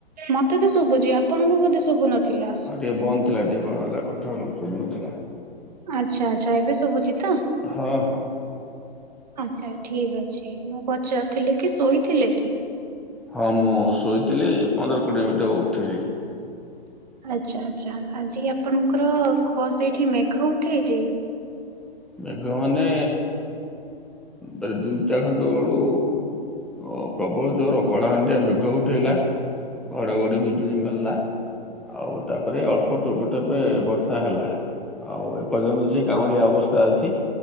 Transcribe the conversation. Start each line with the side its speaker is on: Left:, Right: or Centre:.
Right: ମୋତେ ତ ଶୁଭୁଛି। ଆପଣଙ୍କୁ ବୋଧେ ଶୁଭୁ ନଥିଲା?
Centre: ହଁ ଟିକେ ବନ୍ଦ ଥିଲା ଟିକେ କଣ ହେଲା କଥା ହଉନ ଶୁବୁନଥିଲା।
Right: ଆଚ୍ଛା, ଆଚ୍ଛା ଏବେ ଶୁଭୁଛି ତ?
Centre: ହଁ, ହଁ।
Right: ଆଚ୍ଛା ଠିକ୍ ଅଛି ମୁଁ ପଚାରୁଥିଲି କି ଶୋଇଥିଲେ କି?
Centre: ହଁ ମୁଁ ଶୋଇଥିଲି ପନ୍ଦର କୋଡ଼ିଏ ମିନିଟ୍ ହବ ଉଠିଲି।
Right: ଆଚ୍ଛା, ଆଚ୍ଛା ଆଜି ଆପଣଙ୍କର କ- ସେଇଠି ମେଘ ଉଠେଇଛି?
Centre: ମେଘ ମାନେ ତାର ଦିଇଟା ଖଣ୍ଡ ବେଳୁ ଅ, ପ୍ରବଳ ଜୋର କଳାହାଣ୍ଡିଆ ମେଘ ଉଠେଇଲା ଘଡ଼ ଘଡ଼ି ବିଜୁଳି ମାରଲା। ଆଉ ତାପରେ ଅଳ୍ପ ଟୋପେ ଟୋପେ ବର୍ଷା ହେଲା। ଆଉ ଏପର୍ଯ୍ୟନ୍ତ ସେ କାଉଁଳିଆ ଅବସ୍ ତା ଅଛି,